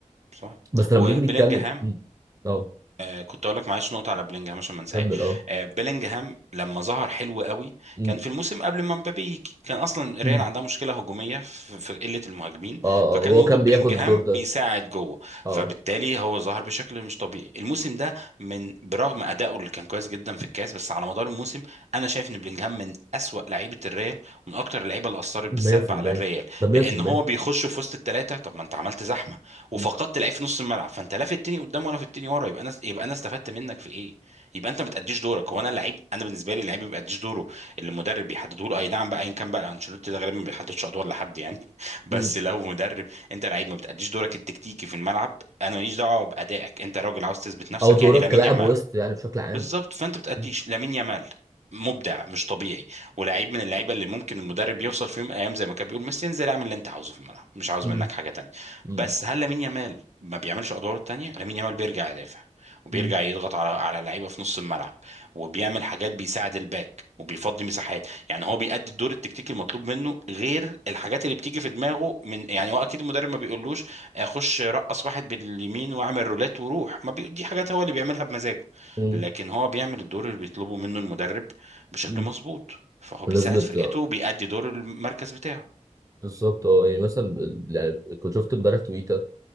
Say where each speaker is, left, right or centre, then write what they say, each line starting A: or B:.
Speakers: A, on the right; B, on the right.
A: صح
B: بس لما
A: وبلينجهام
B: نيجي نتكلم مم. اه
A: آه كنت اقول لك معلش نقطه على بلينجهام عشان ما انساهاش
B: كمل اه
A: آه بلينجهام لما ظهر حلو قوي
B: مم.
A: كان في الموسم قبل ما مبابي يجي كان اصلا ريال
B: مم.
A: عندها مشكله هجوميه في, في قله المهاجمين
B: اه
A: فكان
B: اه هو
A: وجود
B: كان بياخد
A: بلينجهام
B: الدور ده
A: بيساعد جوه
B: اه
A: فبالتالي هو ظهر بشكل مش طبيعي الموسم ده من برغم ادائه اللي كان كويس جدا في الكاس بس على مدار الموسم انا شايف ان بلينجهام من اسوأ لعيبه الريال ومن اكتر اللعيبه اللي اثرت بالسلب
B: 100%
A: على الريال
B: ده 100%
A: لان هو بيخش في وسط الثلاثه طب ما انت عملت زحمه وفقدت
B: مم.
A: لعيب في نص الملعب فانت لا في التاني قدام ولا في التاني ورا يبقى انا يبقى انا استفدت منك في ايه يبقى انت ما تأديش دورك هو انا اللعيب انا بالنسبه لي اللعيب ما بيأديش دوره اللي المدرب بيحدده له اي نعم بقى ايا كان بقى انشيلوتي ده غالبا ما بيحددش ادوار لحد يعني <laughs> بس
B: مم.
A: لو مدرب انت لعيب ما بتأديش دورك التكتيكي في الملعب انا ماليش دعوه بأدائك انت راجل عاوز تثبت نفسك
B: او دورك
A: يعني لامين
B: كلاعب
A: يامال
B: وسط يعني بشكل عام
A: بالظبط فانت بتأديش
B: مم.
A: لامين يامال مبدع مش طبيعي ولاعيب من اللعيبه اللي ممكن المدرب يوصل في يوم من الايام زي ما كان بيقول ميسي انزل اعمل اللي انت عاوزه في الملعب مش عاوز
B: مم.
A: منك حاجه تانية
B: مم.
A: بس هل لامين يامال ما بيعملش ادواره التانية لامين يامال بيرجع يدافع وبيرجع
B: مم.
A: يضغط على على اللعيبه في نص الملعب وبيعمل حاجات بيساعد الباك وبيفضي مساحات يعني هو بيأدي الدور التكتيكي المطلوب منه غير الحاجات اللي بتيجي في دماغه من يعني هو اكيد المدرب ما بيقولوش اخش رقص واحد باليمين واعمل رولات وروح ما بي... دي حاجات هو اللي بيعملها بمزاجه
B: مم.
A: لكن هو بيعمل الدور اللي بيطلبه منه المدرب بشكل
B: مم.
A: مظبوط فهو
B: بمناسبة
A: بيساعد فرقته بيأدي دور المركز بتاعه
B: بالظبط اه يعني مثلا ب- يعني كنت شفت امبارح تويتر